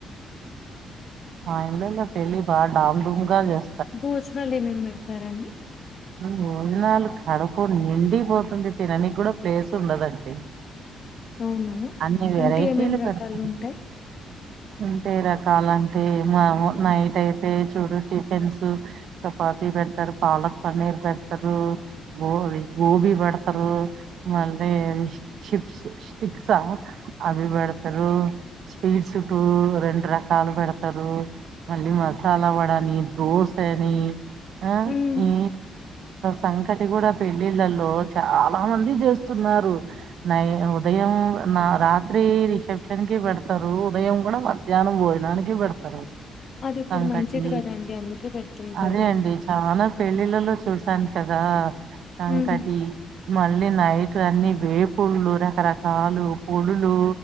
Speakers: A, on the right; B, on the left.
A: ఆ ఇళ్లలో పెళ్లి బాగా డాం డుమ్ గా చేస్తారు
B: భోజనాలే మేం పెడతాం చెస్తారండి
A: భోజనాలు కడుపు నిండి పోతుంది తిననికి కూడా ప్లేస్ ఉండదండి
B: అవునా
A: అన్ని వెరైటీలు
B: అంటే ఏమేమి రకాలు
A: పెడతా
B: ఉంటాయి
A: అంటే రకాలంటే మా నైట్ అయితే చూడు టిఫిన్స్ చపాతీ పెడతారు పాలక్ పన్నీర్ పెడతారు గో గోబీ పెడతారు మళ్ళీ చిప్స్ స్టిక్సా ఆ అవి పెడతారు స్వీట్స్ టూ రెండ ర కాలు పెడతారు మళ్ళీ మసాలా వడాని రోశ ఎని అ
B: ఉమ్
A: ఈ సంకటి కూడా పెళ్ళిళ్ళలో చాల చాలా మంది చేస్తున్నారు నై ఉదయం నా రాత్రి రిసెప్షన్ కి పెడత స్తరు ఉదయం కూడా వా మధ్యానం భోజనానికి పెడతారు
B: అది ఇప్పుడు
A: సంకటి
B: మంచిది కదండి అందుకే పెడుతుంటారు
A: అదే అండి చాలా పెళ్ళిళ్ళలో చూశాను కదా సంకటి
B: ఉమ్
A: మళ్ళి నైట్ ఇక్కడ అన్ని వేపుళ్లు రకరకాలు పొడులు